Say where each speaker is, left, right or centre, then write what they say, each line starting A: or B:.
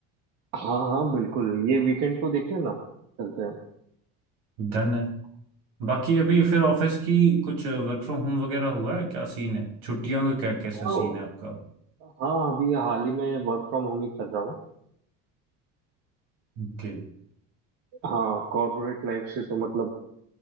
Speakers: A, on the right (about 55°); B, on the right (about 80°).
A: हाँ हाँ बिल्कुल ये वीकेंड को देखते हैं ना चलते हैं
B: डन है बाकी अभी फिर ऑफिस की कुछ वर्क फ्रॉम होम वगैरह हुआ है क्या सीन है छुट्टियों का क्या कैसा
A: हाँ
B: सीन है आपका
A: हाँ अभी हाल ही में वर्क फ्रॉम होम ही कर रहा हूँ
B: ओके
A: हाँ कॉर्पोरेट लाइफ से तो मतलब